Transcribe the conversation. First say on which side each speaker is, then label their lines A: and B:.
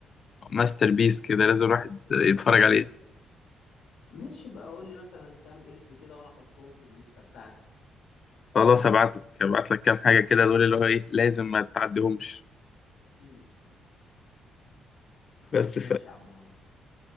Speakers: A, on the left (about 45°); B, on the left (about 80°).
A: ماستر بيس كده لازم الواحد يتفرج عليها
B: ماشي بقى قول لي مثلا كام اسم كده وأنا أحطهم في الليستة بتاعتي
A: خلاص ابعت لك ابعت لك كام حاجه كده دول اللي هو ايه لازم ما تعديهمش
B: أكيد
A: بس
B: ماشي يا عم عمرو.